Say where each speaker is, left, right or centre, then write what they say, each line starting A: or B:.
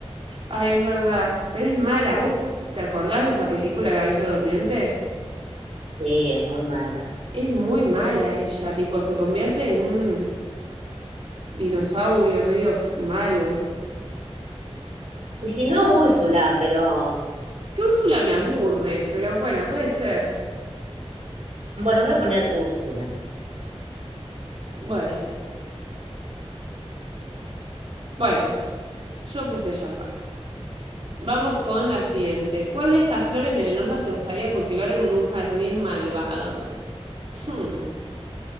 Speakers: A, on the right (about 50°); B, on the right (about 90°).
A: Ay, es verdad. Pero es mala. ¿Vos te acordás de esa película, La Bella Durmiente?
B: Sí, es muy mala.
A: Es muy mala ella. Tipo, se convierte en un dinosaurio medio f- malo.
B: Y si no, Úrsula, pero...
A: Que Úrsula me aburre,
B: mm,
A: pero bueno, puede ser.
B: Bueno, voy a poner Úrsula.
A: Bueno, bueno. Yo puse Jafar. Vamos con la siguiente. ¿Cuál de estas flores venenosas te gustaría cultivar en un jardín malvado? Hmm.